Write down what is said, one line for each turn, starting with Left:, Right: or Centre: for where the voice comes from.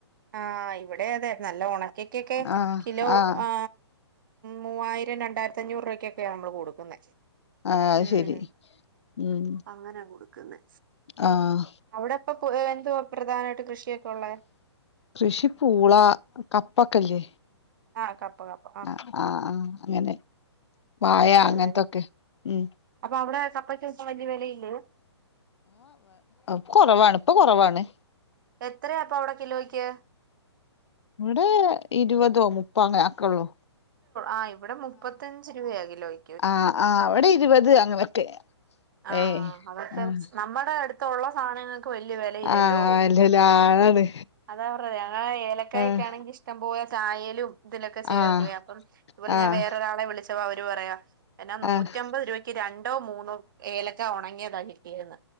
Right: ആഹ് ഇവിടെ അതെ നല്ല ഉണക്കക്കെ ഒക്കെ
Left: ആഹ്
Right: കിലോ
Left: ആഹ് ആഹ്
Right: ആ മൂവായിരം രണ്ടായിരത്തി അഞ്ഞൂറ് ക്കെക്കെ നമ്മള് കൊടുക്കുന്ന
Left: ആഹ് അത്
Right: ഉം
Left: ശരി ഉം
Right: അങ്ങനാ കൊടുക്കുന്നേ
Left: ആഹ്
Right: അവിടെ ഇപ്പൊ എന്തോ പ്രധാനായിട്ട് കൃഷിയൊക്കെ ഉള്ളേ
Left: കൃഷി പൂള കപ്പൊക്കെല്ലേ
Right: ആഹ് കപ്പ കപ്പ
Left: ആഹ് ആഹ് അങ്ങനെ വായ
Right: അത്തൊക്കെ
Left: അങ്ങനത്തൊക്കെ
Right: ഉള്ളല്ലോ
Left: ഉം
Right: അപ്പൊ അവിടെ കപ്പച്ച വലിയ വിലയിലേ
Left: ആ കുറവാണ് ഇപ്പം കുറവാണ്
Right: എത്രയാപ്പോ അവിടെ കിലോയ്ക്ക്
Left: ഇവിടെ ഇരുപതോ മുപ്പ അങ്ങ് ഒക്കെ ഉള്ളു
Right: ആ ഇവിടെ മുപ്പത്തഞ്ച് രൂപയാ കിലോയി
Left: ആഹ് ആഹ് ഇവിടെ ഇരുപത് അങ്ങനൊക്കെ
Right: ആഹ്
Left: ഏഹ്
Right: അവർക്ക്
Left: ആഹ്
Right: നമ്മടെ അടുത്തുള്ള സാനങ്ങൾക്ക് വലിയ വിലയില്ലല്ലോ
Left: ആഹ് അല്ലല്ല ആളാണ്
Right: അതാ പറഞ്ഞത് ഞങ്ങളെ ഏലക്കായൊക്കെ
Left: ആഹ്
Right: ആണെങ്കി ഇഷ് ഇഷ്ടം പോലെ ചായേലും ഇതിലൊക്കെ ചേർക്കുലേ
Left: ആഹ്
Right: അപ്പം ഇതുപോലെ
Left: ആഹ്
Right: ഞാൻ വേറെ ഒരാളെ വിളിച്ചപ്പോ അവര് പറയാ എന്നാ നൂറ്റമ്പത്
Left: ആഹ്
Right: രൂപയ്ക്ക് രണ്ടോ മൂന്നോ ഏലക്ക ഉണങ്ങിയതാ കിട്ടിയിരുന്ന